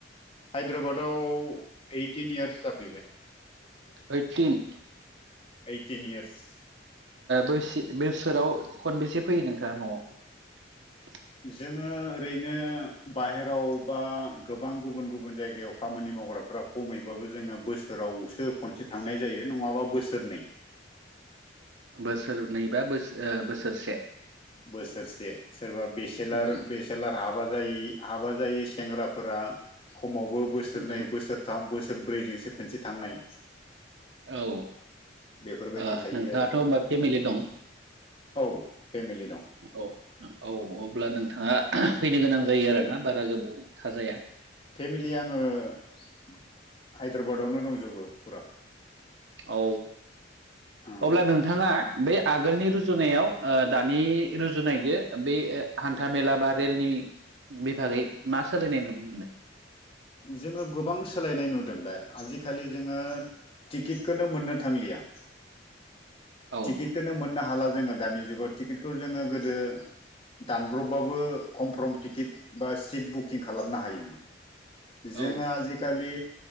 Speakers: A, on the left; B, on the right.
A: हायद्राबादाव ओइटिन इयार्स जाफैबाय
B: ओइटिन
A: ओटिन इयार्स
B: बो बोसोराव खनबेसे फैयो नोंथाङा नवाव
A: जोङो ओरैनो बाहेराव बा गोबां गुबुन गुबुन जायगायाव खामानि मावग्राफ्रा खमैबाबो जोङो बोसोरावसो खनसे थांनाय जायो नङाबा बोसोरनै
B: बोसोरनै बा बोस बोसोरसे
A: बोसोरसे सोरबा बेसेलार
B: उम
A: बेसेलार हाबा जायि हाबा जायो सेंग्राफोरा खमावबो बोसोरनै
B: उम
A: बोसोरथाम बोसोर ब्रैजोंसो खनसे थांनाय
B: औ
A: बेफोरबायदि
B: ओ
A: थायो
B: नोंथाङाथ'
A: आरो
B: होमबा फेमिलि दं
A: औ फेमिलि दं।
B: औ औ अब्ला नोंथाङा फैनो गोनां जायो आरोना बारा गोबाव थाजाया
A: फेमिलि आङो हायद्राबादावनो दंजोबो फुरा
B: औ
A: उम
B: अब्ला नोंथाङा बे आगोलनि रुजुनायाव दानि रुजुनायजों बे हान्था मेला बा रेलनि बिभागै मा सोलायनाय नुनो मोनो?
A: जोङो गोबां सोलायनाय नुदों दा आजिखालि जोङो टिकेटखौनो मोननो थांलिया
B: औ
A: टिकेटखौ मोननो हाला जोंङो दानि जुगाव टिकेटखौ जोंङो गोदो दानब्र'बबाबो कमफर्म टिकेट बा सिट बुकिं खालामनो हायोमोन जोंङो
B: औ
A: आजिखालि